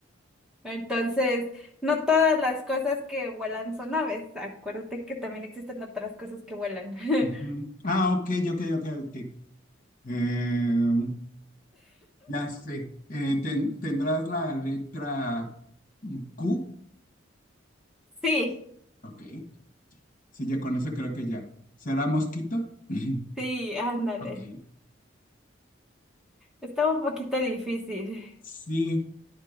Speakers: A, in the centre; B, on the left.
A: Entonces, no todas las cosas que vuelan son aves. Acuérdate que también existen otras cosas que vuelan. <laughs>
B: ujú. Ah, ok, ok, ok, ok. Eh, ya sé. Eh, ten- ¿tendrás la letra Q?
A: Sí,
B: Ok. Sí, ya con eso creo que ya. ¿Será mosquito? <laughs>
A: sí, ándale.
B: Ok.
A: Estaba un poquito difícil.
B: Sí.